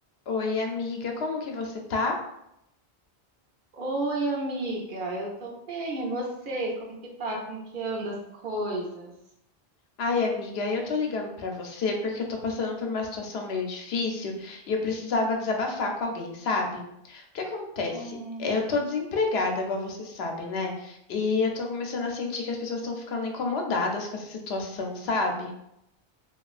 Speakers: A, on the left (about 80°); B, on the right (about 60°).
A: Oi, amiga, como que você tá?
B: Oi, amiga, eu tô bem. E você? Como que tá? Como que anda as coisas?
A: Ai, amiga, eu tô ligando pra você porque eu tô passando por uma situação meio difícil e eu precisava desabafar com alguém, sabe? O que acontece?
B: Hum,
A: Eu tô desempregada, igual você sabe, né? E eu tô começando a sentir que as pessoas estão ficando incomodadas com essa situação, sabe?